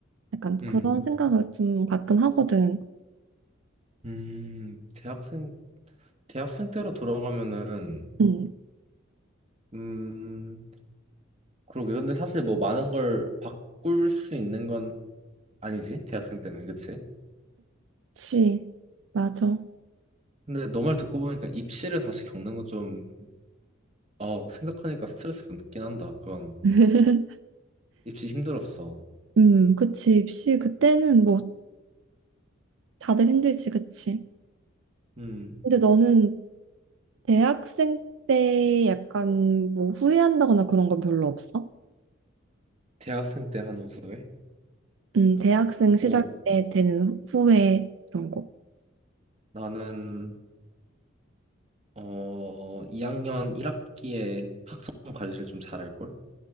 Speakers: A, on the right; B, on the right.
A: 약간
B: 음,
A: 그런 생각을 좀 가끔 하거든.
B: 음. 대학생, 대학생 때로 돌아가면은,
A: 음,
B: 음, 그러게. 근데 사실 뭐 많은 걸 바꿀 수 있는 건 아니지? 대학생 때는, 그치?
A: 그치. 맞아.
B: 근데 너 말 듣고 보니까 입시를 다시 겪는 건 좀, 어, 생각하니까 스트레스 받긴 한다. 그건
A: <laughs>
B: 입시 힘들었어.
A: 음, 그치. 입시 그때는 뭐 다들 힘들지, 그치.
B: 음,
A: 근데 너는 대학생 때 약간 뭐 후회한다거나 그런 건 별로 없어?
B: 대학생 때 한 후에?
A: 음, 대학생 시절
B: 어,
A: 때 되는 후회 그런 거.
B: 나는, 어, 2학년 1학기에 학점 관리를 좀 잘할걸?